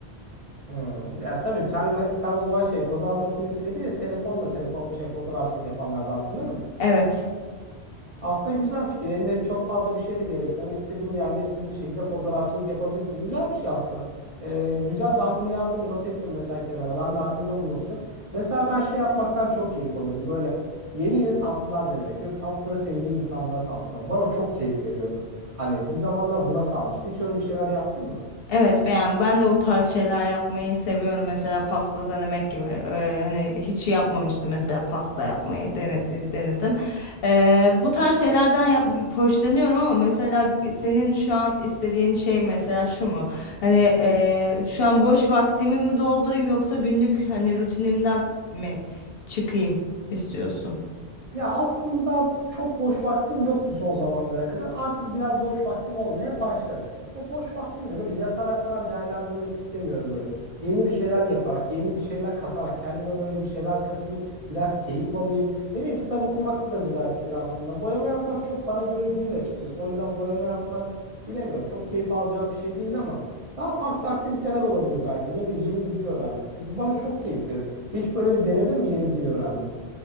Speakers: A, on the right; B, on the left.
A: Hmm. Ya tabii sen sen o zaman şey fotoğraf makinesiyle değil de telefonla telefon şey fotoğrafçılık yapanlardansın değil mi?
B: Evet.
A: Aslında güzel fikir. Eline çok fazla bir şey de gerekmez. İstediğin yerde, istediğin şekilde fotoğrafçılık yapabilirsin. Güzel bir şey aslında. Ee, güzel. Ben bunu yazdım, bir not ettim mesela kenara. Ben de aklımda bulunsun. Mesela ben şey yapmaktan çok keyif alıyordum. Böyle yeni yeni tatlılar denemek. Böyle tatlıları sevdiğim insanlara tattırmak. Bana çok keyif veriyordu. Hani bir zamanlar buna sarmıştım. Hiç öyle bir şeyler yaptın mı?
B: Evet beğen. Ben de o tarz şeyler yapmayı seviyorum. Mesela pasta denemek gibi. Ee, hani hiç yapmamıştım mesela pasta yapmayı dene- denedim. Ee, bu tarz şeylerden yap hoşlanıyorum ama mesela senin şu an istediğin şey mesela şu mu? Hani e, şu an boş vaktimi mi doldurayım yoksa günlük hani rutinimden mi çıkayım istiyorsun?
A: Ya aslında çok boş vaktim yoktu son zamanlara kadar. Artık biraz boş vaktim olmaya başladı. O boş vaktimi de böyle yatarak falan değerlendirmek istemiyorum böyle. Yeni bir şeyler yaparak, yeni bir şeyler katarak, kendime böyle bir şeyler katayım, biraz keyif alayım. Ne bileyim kitap okumak da güzel fikir aslında. Boyama yapmak çok bana göre değil açıkçası. O yüzden boyama yapmak bilemiyorum. Çok keyif alacağım bir şey değil ama daha farklı aktiviteler olabilir belki. Ne bileyim yeni bir dil öğrenmek. Bu bana çok keyif verir. Hiç böyle bir denedin mi yeni bir dil öğrenmeyi?